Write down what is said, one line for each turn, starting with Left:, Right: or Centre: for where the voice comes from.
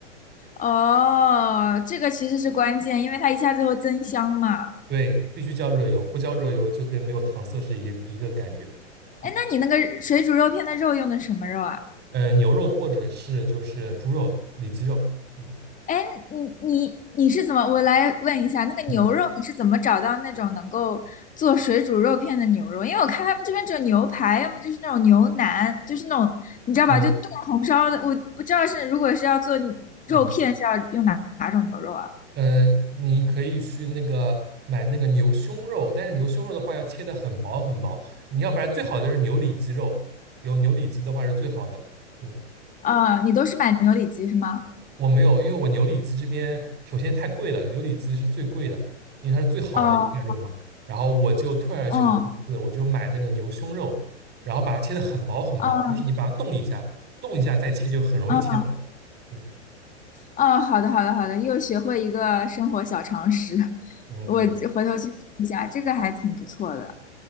Left: 哦，这个其实是关键，因为它一下子会增香嘛。
Right: 对，必须浇热油，不浇热油就跟没有糖色是一一个感觉。嗯，
Left: 哎，那你那个水煮肉片的肉用的什么肉啊？
Right: 呃，牛肉或者是就是猪肉、里脊肉。嗯
Left: 哎，你你你是怎么？我来问一下，那个牛肉你是怎么找到那种能够做水煮肉片的牛肉？
Right: 嗯
Left: 因为我看他们这边只有牛排，要么就是那种牛腩，就是那种你知道吧，
Right: 呃
Left: 就炖红烧的。我不知道是如果是要做肉片是要用哪哪种牛肉啊？
Right: 嗯。嗯呃你可以去那个买那个牛胸肉，但是牛胸肉的话要切的很薄很薄，你要不然最好的就是牛里脊肉，有牛里脊的话是最好的。嗯，
Left: 啊，你都是买牛里脊是吗？
Right: 我没有，因为我牛里脊这边首先太贵了，牛里脊是最贵的，因为它是最好的一块肉嘛。
Left: 哦，
Right: 然后我就退而求其次，
Left: 哦，
Right: 我就买那个牛胸肉，然后把它切的很薄很薄，
Left: 哦，
Right: 就是你把它冻一下，冻一下再切就很容易切薄。
Left: 哦，
Right: 嗯
Left: 哦，好的，好的，好的，又学会一个生活小常识，<laughs>
Right: 嗯，
Left: 我回头去试一下，这个还挺不错的。